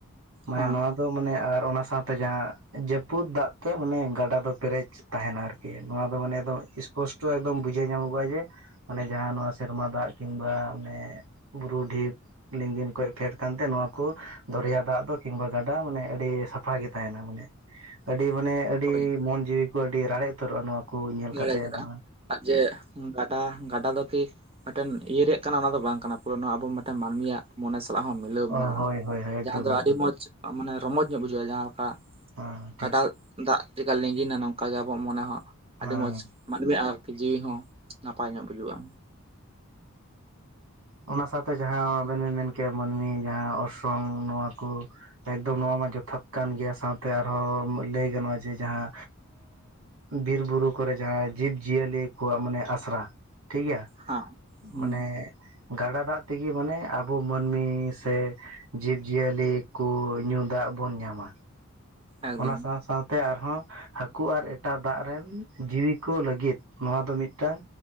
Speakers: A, on the right (about 85°); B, on the right (about 25°).
A: ᱢᱟᱱᱮ
B: ᱦᱮᱸ
A: ᱱᱚᱣᱟ ᱫᱚ ᱢᱟᱱᱮ ᱚᱱᱟ ᱥᱟᱶᱛᱮ ᱡᱟᱦᱟᱸ ᱡᱟᱹᱯᱩᱫ ᱫᱟᱜ ᱛᱮ ᱢᱟᱱᱮ ᱜᱟᱰᱟ ᱫᱚ ᱯᱮᱨᱮᱡ ᱛᱟᱦᱮᱸᱱᱟ ᱟᱨᱠᱤ ᱱᱚᱣᱟ ᱢᱟᱱᱮ ᱫᱚ ᱥᱯᱚᱥᱴᱚ ᱮᱠᱫᱚᱢ ᱵᱩᱡᱩᱜ ᱵᱩᱡᱷᱟᱹᱣ ᱧᱟᱢᱚᱜᱚᱜᱼᱟ ᱡᱮᱚᱱᱮ ᱡᱟᱦᱟᱸ ᱥᱮᱨᱢᱟ ᱫᱟᱜ ᱠᱤᱢᱵᱟ ᱚᱱᱮ ᱵᱩᱨᱩ ᱰᱷᱤᱯ ᱞᱤᱸᱜᱤᱱ ᱠᱷᱚᱱ ᱯᱷᱮᱰ ᱠᱟᱱᱛᱮ ᱱᱚᱣᱟ ᱠᱚ ᱫᱚᱨᱭᱟ ᱫᱟᱜ ᱫᱚ ᱠᱤᱝᱵᱟ ᱜᱟᱰᱟ ᱢᱟᱱᱮ ᱟᱹᱰᱤ ᱥᱟᱯᱷᱟ ᱜᱮ ᱛᱟᱦᱮᱸᱱᱟ ᱢᱟᱱᱮ
B: <inaudible>
A: ᱟᱹᱰᱤ ᱢᱟᱱᱮ ᱟᱹᱰᱤ
B: ᱦᱳᱭ
A: ᱢᱚᱱ ᱡᱤᱣᱤ ᱠᱚ ᱟᱹᱰᱤ ᱨᱟᱲᱮᱡ ᱩᱛᱟᱹᱨᱚᱜᱼᱟ ᱱᱚᱣᱟ ᱠᱚ ᱧᱮᱞ
B: ᱫᱟᱲᱮ
A: ᱠᱟᱛᱮᱜ
B: ᱠᱟᱜᱼᱟ
A: ᱱᱚᱣᱟ
B: ᱟᱨ ᱡᱮ ᱜᱟᱰᱟ ᱜᱟᱰᱟ ᱫᱚ ᱠᱤ ᱢᱤᱫᱴᱮᱱ ᱤᱭᱟᱹᱨ ᱨᱮᱭᱟᱜ ᱠᱟᱱᱟ ᱚᱱᱟ ᱫᱚ ᱵᱟᱝ ᱠᱟᱱᱟ ᱯᱩᱨ ᱱᱚᱣᱟ ᱟᱵᱚᱮᱱ ᱢᱟᱹᱱᱢᱤᱭᱟᱜ ᱢᱚᱱᱮ ᱥᱟᱞᱟᱜ ᱦᱚᱸ ᱢᱤᱞᱟᱹᱣ ᱢᱮᱱᱟᱜᱼᱟ
A: ᱚ ᱦᱳᱭ ᱦᱳᱭ ᱦᱳᱭ
B: ᱡᱟᱦᱟᱸ
A: ᱮᱠᱫᱚᱢ
B: ᱫᱚ
A: ᱮᱠᱫᱚᱢ
B: ᱟᱹᱰᱤ ᱢᱚᱸᱡᱽ ᱢᱟᱱᱮ ᱨᱚᱢᱚᱚᱡ ᱧᱚᱜ ᱵᱩᱡᱷᱟᱹᱜᱼᱟ ᱡᱟᱦᱟᱸ ᱚᱱᱠᱟ
A: ᱦᱮᱸ ᱴᱷᱤᱠ
B: ᱠᱟᱰᱟ ᱫᱟᱜ ᱞᱮᱠᱟ ᱞᱤᱸᱜᱤᱱᱟ ᱱᱚᱝᱠᱟ ᱜᱮ ᱟᱵᱚᱣᱟᱜ ᱢᱚᱱᱮ ᱦᱚᱸ ᱟᱹᱰᱤ
A: ᱦᱮᱸ
B: ᱢᱚᱸᱡᱽ ᱢᱟᱹᱱᱢᱤ ᱟᱨᱠᱤ ᱡᱤᱣᱤ ᱦᱚᱸ ᱱᱟᱯᱟᱭ ᱧᱚᱜ ᱵᱩᱡᱩᱜᱼᱟ᱾
A: ᱚᱱᱟ ᱥᱟᱶᱛᱮ ᱡᱟᱦᱟᱸ ᱟᱵᱮᱱ ᱵᱮᱱ ᱢᱮᱱ ᱠᱮᱭᱟ ᱢᱟᱹᱱᱢᱤ ᱡᱟᱦᱟᱸ ᱚᱨᱥᱚᱝ ᱱᱚᱣᱟ ᱠᱚ ᱮᱠᱫᱚᱢ ᱱᱚᱣᱟ ᱡᱚᱛᱷᱟᱛ ᱠᱟᱱ ᱜᱮᱭᱟ ᱥᱟᱶᱛᱮ ᱟᱨᱦᱚᱸ ᱞᱟᱹᱭ ᱜᱟᱱᱚᱜᱼᱟ ᱡᱮ ᱡᱟᱦᱟᱸ ᱵᱤᱨ ᱵᱩᱨᱩ ᱠᱚᱨᱮ ᱡᱟᱦᱟᱸ ᱡᱤᱵᱡᱤᱭᱟᱹᱞᱤ ᱠᱚᱣᱟᱜ ᱢᱟᱱᱮ ᱟᱥᱲᱟ ᱴᱷᱤᱠᱜᱮᱭᱟ
B: ᱦᱟᱸ ᱦᱩᱸ
A: ᱢᱟᱱᱮ ᱜᱟᱰᱟ ᱫᱟᱜ ᱛᱮᱜᱮ ᱢᱟᱱᱮ ᱟᱵᱚ ᱢᱟᱹᱱᱢᱤ ᱥᱮ ᱡᱤᱵᱽ ᱡᱤᱭᱟᱹᱞᱤ ᱠᱚ ᱧᱩ ᱫᱟᱜ ᱵᱚᱱ ᱧᱟᱢᱟ
B: ᱮᱠᱫᱚᱢ
A: ᱚᱱᱟ ᱥᱟᱶ ᱥᱟᱶᱛᱮ ᱟᱨ ᱦᱟᱹᱠᱩ ᱟᱨ ᱮᱴᱟᱜ ᱫᱟᱜ ᱨᱮᱱ ᱡᱤᱣᱤ ᱠᱚ ᱞᱟᱹᱜᱤᱫ ᱱᱚᱣᱟ ᱫᱚ ᱢᱤᱫᱴᱟᱝ